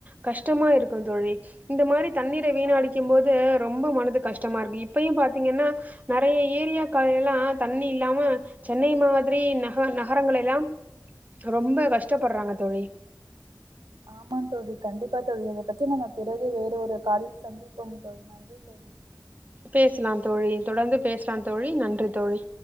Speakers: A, on the right; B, on the right.
A: கஷ்டமா இருக்குந் தோழி இந்த மாரி தண்ணீரை வீணடிக்கும்
B: ஆம்
A: போது ரொம்ப மனது கஷ் கஷ்டமா இருக்கு இப்பயு பாத்தீங்கன்னா நெறைய ஏரியாக்கள்லா தண்ணி இல்லாம சென்னை மாதிரி நக நகரங்கள எல்லா ரொம்ப கஷ்டப்படறாங்க தோழி
B: ஆமாந் தோழி கண்டிப்பா தோழி இதப் பத்தி நம்ம பிறகு வேறு ஒரு காலில் சந்திப்போம் தோழி நன்றி தோழி
A: பேசலாம் தோழி தொடர்ந்து பேசலாம் தோழி நன்றி தோழி